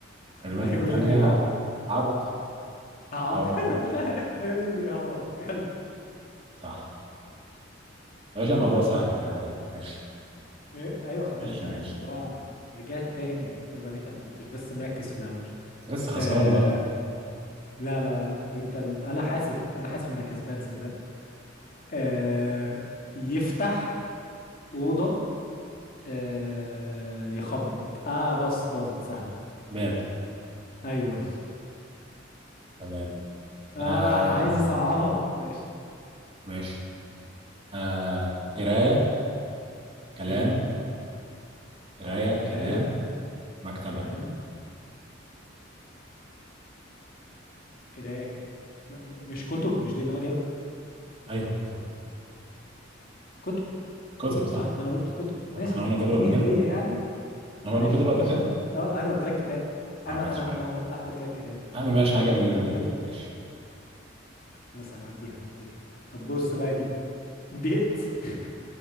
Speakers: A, on the right; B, on the left.
A: الكلمات
B: <laughs> هيقول
A: التانية
B: لي بيهوهو
A: عط
B: هقعد
A: أو خلاص
B: <laughs> هيقول لي بيهوهو كلب
A: صح يا باشا
B: طيب
A: الموضوع سهل كده عليك ماشي
B: ايه ايوه خلاص
A: ماشي
B: لا
A: ماشي
B: الموضوع رجعت تاني عيب عليك انا ما كنتش بس مركز في الاول
A: انت لسه خسران
B: آه،
A: برضو
B: لا لا لا انت انت- انا حاسب انا حاسب انا كسبان صدقني آه يفتح اوضه آه يخبط اه بص باظت سهله
A: باب
B: ايوه
A: تمام
B: <laughs> اه
A: آه
B: عايز اصعبها ماشي
A: ماشي آه قراية كلام
B: هو فك
A: قراية كلام
B: قرايه
A: مكتبة
B: كلام قرايه ك... م... م... مش كتب مش دي اللي انا جايبها
A: أيوة كتب
B: كتب
A: كتب
B: كتب
A: صح
B: صح ما انا قلت كتب
A: احنا
B: ماشي انت
A: قلنا
B: بتديني
A: كتب قبل كده
B: هديه يعني
A: احنا
B: ماشي
A: قلنا كتب
B: ماشي
A: قبل كده
B: اه انا قلت لك كتاب
A: أنا
B: انا
A: ما خدتش
B: انا
A: بالي
B: انا عملت واحده قلت لك كتاب
A: يا عم ماشي
B: ايوه
A: حاجة مننا
B: ايوه شفت
A: ليك ماشي
B: خلاص هنعديها هنعديها طب بص بقى دي بيت <laughs>